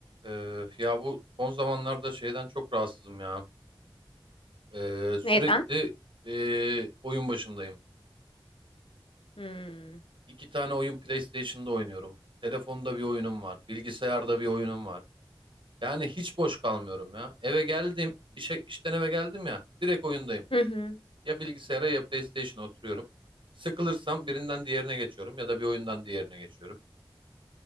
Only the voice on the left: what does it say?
Neden?
Hmm.
Hı hı.